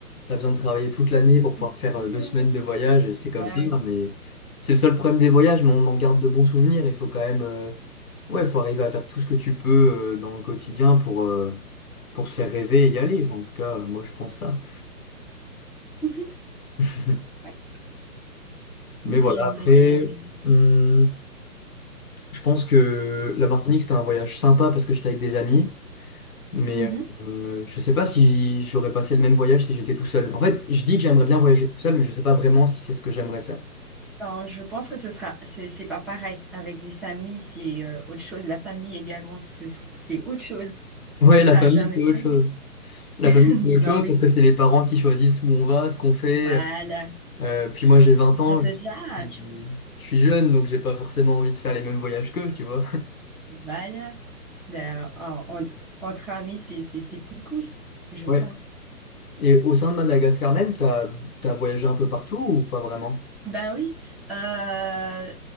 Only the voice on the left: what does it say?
T'as besoin de travailler toute
l'année pour pouvoir te faire
euh, deux semaines de voyage, et c'est
comme ça, mais c'est le seul problème des voyages, mais on en garde de bons souvenirs. Il faut quand même, euh, ouais, faut arriver à faire tout ce que tu peux euh, dans le quotidien pour, euh, pour se faire rêver et y aller. Enfin, en tout cas, euh, moi, je pense ça.
<laughs>
Mais
voilà,
après,
hum, je pense que la Martinique, c'était un voyage sympa parce que j'étais avec des amis, mais
euh, je sais pas si j'aurais passé le même voyage si j'étais tout seul. En fait, je dis que j'aimerais bien voyager tout seul, mais je sais pas vraiment si c'est ce que j'aimerais faire. <laughs>
Ouais,
la famille,
c'est
autre chose. La
famille, c'est autre
chose
parce que c'est les parents qui choisissent où on va, ce qu'on fait.
Euh, puis moi, j'ai 20 ans,
je
suis,
je suis jeune, donc j'ai pas forcément envie de faire les mêmes voyages qu'eux, tu vois. <laughs>
Ouais.
Et au sein de Madagascar même, t'as, t'as voyagé un peu partout ou pas vraiment?